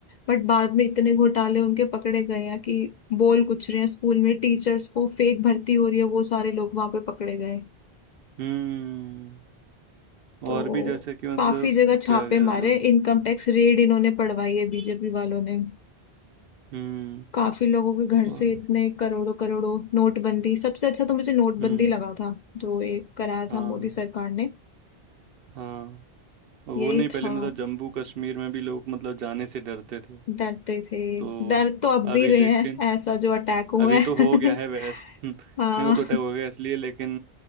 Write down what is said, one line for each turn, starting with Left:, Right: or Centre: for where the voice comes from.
Left: बट बाद में इतने घोटाले उनके पकड़े गए हैं कि बोल कुछ रहे हैं स्कूल में टीचर्स को फेक भर्ती हो रही है वो सारे लोग वहां पे पकड़े गए
Right: हम्म
Left: तो
Right: और भी जैसे कि मतलब
Left: काफी जगह छापे
Right: क्या कह
Left: मारे
Right: रहा था मैं
Left: इनकम टैक्स रेड इन्होंने पड़वाई है बीजेपी वालों ने
Right: हम्म
Left: काफी लोगों के घर
Right: और-
Left: से इतने करोड़ों करोड़ों नोटबंदी सबसे अच्छा तो मुझे नोटबंदी
Right: हम्म
Left: लगा था जो ये कराया
Right: हाँ
Left: था मोदी सरकार ने
Right: हाँ वो
Left: यही
Right: नहीं पहले
Left: था
Right: मतलब जम्मू कश्मीर में भी लोग मतलब जाने से डरते थे
Left: डरते थे
Right: तो
Left: डर तो अब
Right: अभी
Left: भी रहे
Right: लेकिन
Left: हैं ऐसा जो अटैक हुआ
Right: अभी
Left: है
Right: तो हो
Left: <laughs>
Right: गया है वैसे <laughs>
Left: हाँ
Right: नहीं वो तो अटैक हो गया इसलिए लेकिन